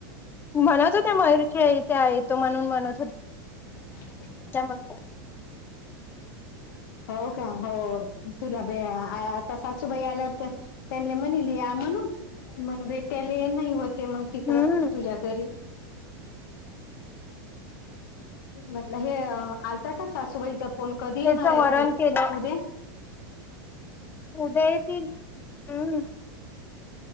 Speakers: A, on the left; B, on the left.
A: म्हणत हो त्या मयुरच्या इथ येतो म्हणून म्हणत होत्या.
B: <inaudible>
A: च म. <inaudible>
B: हो का हो. तुला ब आता सासूबाई आल्यावर तर त्यांनी म्हणली म्हणून. मग भेटयले नाही होते मग तिकडं
A: हम्म
B: तुझ्या घरी. म्हटलं हे आलता का सासूबाईचा फोन कधी येणार
A: त्याच
B: आहेत
A: वरण
B: ते
A: केलं
B: उद्या?
A: उद्या येतील हम्म.